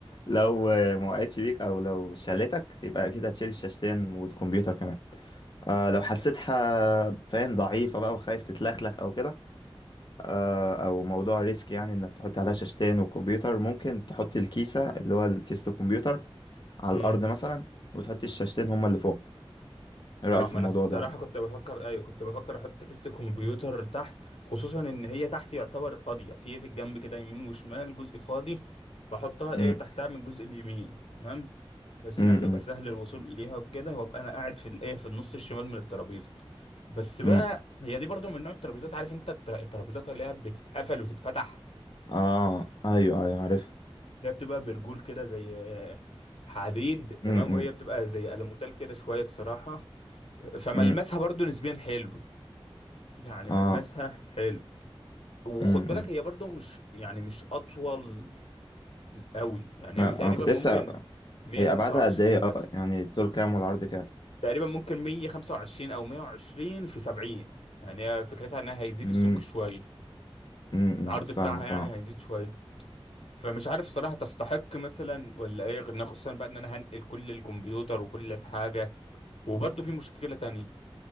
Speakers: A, on the left (about 50°); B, on the left (about 85°).
A: لو آه، ما وقعتش بيك أو لو شالتك يبقى أكيد هتشيل الشاشتين والكمبيوتر كمان آه لو حسيتها فاهم ضعيفة بقى وخايف تتلخلخ أو كده آه أو موضوع ريسك يعني إنك تحط عليها شاشتين وكمبيوتر ممكن تحط الكيسة اللي هو كيسة الكمبيوتر على
B: امم
A: الأرض مثلا وتحط الشاشتين هما اللي فوق إيه
B: اه
A: رأيك في
B: ما
A: الموضوع
B: انا الصراحه
A: ده؟
B: كنت بفكر ايوه كنت بفكر احط كيسه الكمبيوتر تحت خصوصا ان هي تحت يعتبر فاضيه في في الجنب كده يمين وشمال جزء فاضي فاحطها ايه
A: م-
B: تحتها من الجزء اليمين تمام بحيث
A: م-
B: انها
A: م-
B: تبقى سهل الوصول اليها وكده وابقى انا قاعد في الايه في النص الشمال من الترابيزه بس بقى
A: م.
B: هي دي برضو من نوع الترابيزات عارف انت التر- الترابيزات اللي هي بتتقفل وتتفتح
A: آه أيوه أيوه عارف
B: ده بتبقى برجول كده زي آه، حديد تمام
A: م-
B: وهي
A: م.
B: بتبقى زي ألموتال كده شويه الصراحه فملمسها
A: امم
B: برضو نسبيا حلو يعني
A: اه
B: ملمسها حلو وخد
A: امم
B: بالك
A: امم.
B: هي برضو مش يعني مش اطول قوي يعني
A: ما
B: هي تقريبا
A: انا كنت
B: ممكن
A: لسه
B: 125
A: هي ابعادها قد ايه اه
B: مثلا
A: يعني الطول كام والعرض كام
B: تقريبا ممكن 125 او 120 في 70 يعني هي فكرتها انها هيزيد
A: امم
B: السمك شويه
A: امم امم.
B: العرض
A: فاهمك
B: بتاعها يعني
A: اه
B: هيزيد شويه فمش عارف الصراحه تستحق مثلا ولا ايه غير إن- خصوصا بقى ان انا هنقل كل الكمبيوتر وكل الحاجه وبرضو في مشكله تانية